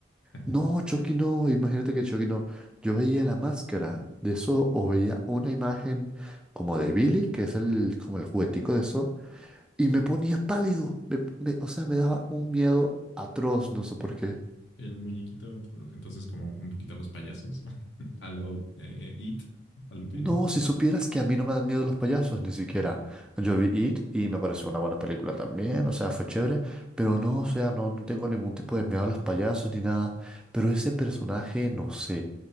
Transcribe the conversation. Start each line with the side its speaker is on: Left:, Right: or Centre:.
Left: <laughs>
Centre: no, Chucky no, imagínate que Chucky no. Yo veía la máscara de eso o veía una imagen como de Billy, que es el, como el juguetico de eso, y me ponía pálido. me- me- o sea, me daba un miedo atroz, no sé por qué.
Left: el muñequito, entonces como un poquito a los payasos, <laughs> a lo eh, It, a lo Pennywise,
Centre: No, si supieras que a mí no me dan miedo los payasos, ni siquiera. Yo vi It y me pareció una buena película también, o sea, fue chévere, pero no, o sea, no, no tengo ningún tipo de miedo a los payasos ni nada. Pero ese personaje, no sé.